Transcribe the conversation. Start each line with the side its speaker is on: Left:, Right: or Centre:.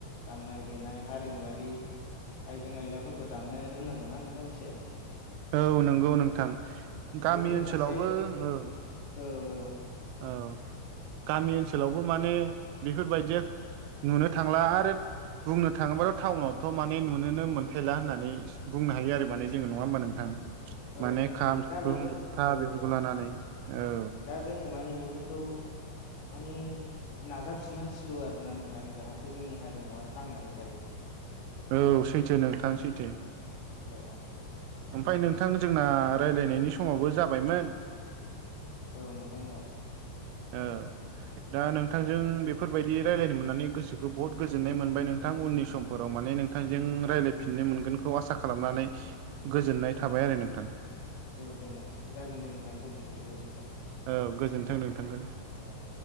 Left: दामनाय देनाय हारिमुवारि आयजें आइलाफोरखौ दामनो रोंनांगौना नोंथां एसे
Right: औ नंगौ नोंथां गामि
Left: बेफोरनि
Right: ओनसोलावबो
Left: फारसे एसे
Right: औ
Left: औ औ
Right: औ गामि ओनसोलावबो माने बेफोरबायदिया नुनो थांला आरो बुंनो थाङोबाथ' टाउनावथ' माने नुनोनो मोनथायला होननानै बुंनो हायो आरो माने जोङो नङा होमबा नोंथां?
Left: औ
Right: माने
Left: औ नोंथां
Right: खाम,
Left: औ
Right: सिफुं,
Left: दा बेफोर
Right: जथा
Left: औ
Right: बेफोरखौ लानानै औ।
Left: जोङो माने बेफोरखौ माने नाजाबफिननांसिगौ आरोना नोंथां। जाहाथे जोंनि हारिमुवा थांनानै थायो।
Right: औ सैथो नोंथां सैथो।
Left: औ।
Right: ओमफ्राय नोंथां जोंना रायलायनायनि समावबो जाबायमोन।
Left: औ नोंथां औ।
Right: औ दा
Left: औ
Right: नोंथांजों बे बेफोरबायदि रायलायनो मोननानै गोसोखौ बहुत गोजोननाय मोनबाय नोंथां उननि समफोराव माने नोंथांजों रायलायफि ननो मोनगोनखौ आसा खालामनानै गोजोननाय थाबाय आरो नोंथां।
Left: औ दे नोंथां जागोन दे नोंथां गोजोन्थों गोजोन्थों।
Right: औ गोजोन्थों नों थांगोन।
Left: औ नों